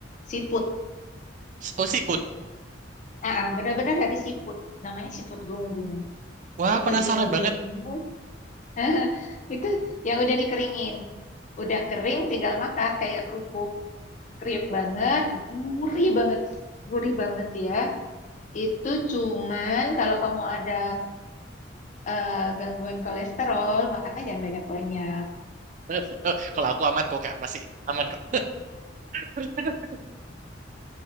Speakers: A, on the left; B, on the right.
A: siput.
B: Oh, seafood.
A: Ah, ah, benar-benar dari siput. Namanya siput gunggung.
B: Wah,
A: Siput
B: penasaran
A: gunggung
B: banget.
A: ini <laughs> Itu yang udah dikeringin. Udah kering tinggal makan kayak kerupuk. Kriuk banget, gurih banget. Gurih banget ya. Itu cuman kalau kamu ada eh, gangguan kolesterol, makannya jangan banyak-banyak.
B: <laughs> Kalau aku aman kok, Kak. Masih aman kok. <laughs>